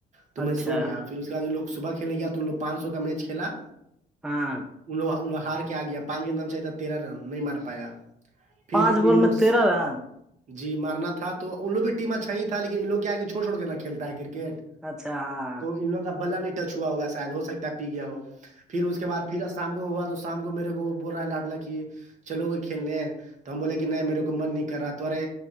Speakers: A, on the right (about 45°); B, in the centre.
A: تو
B: اچھا
A: میں سو گ پھر اس کے بعد ان لوگ صبح کھیلنے گ تو ان لوگ پانچ سو کا میچ کھیلا
B: ہاں
A: ان انو ہار کے آ گیا پانچ کے نام سےاہ تھا تیرا رن نہیں مار پایا پھر
B: پانچ
A: ابھی
B: بال
A: لوگ
B: میں تیرہ رن
A: جی مارنا تھا تو ان لو بھی ٹیم اچھا ہی تھا لیکن ان لوگ کیا کہ چھوڑ چھڑ کرنا کھیلتا ہے کرکٹ
B: اچھا ہاں
A: تو ان لگ کا بلا نہیں ٹچ ہوا ہوگا شاید ہو سکتا ہے پی گیا ہو پھر اس کے بد پھر شام کو ہوا تو شام کو میرے کو بول رہا ہے لاڈلا کہ چلو گے کھیلنے تو ہم بولے کہ نہیں میرے کو من نہیں کر رہا آتارے